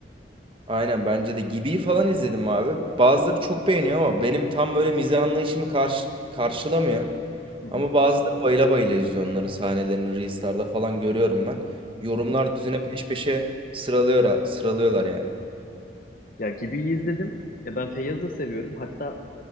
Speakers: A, on the right; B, on the left.
A: Aynen bence de Gibi'yi falan izledim abi. Bazıları çok beğeniyor ama benim tam böyle mizah anlayışımı karşı, karşılamıyor.
B: Hı hı.
A: Ama bazıları bayıla bayıla izliyor onların sahnelerini Reels'larda falan görüyorum ben. Yorumlar
B: Hı hı.
A: düzine peş peşe sıralıyor, sıralıyorlar yani.
B: Ya Gibi'yi izledim. Ya ben Feyyaz'ı da seviyorum. Hatta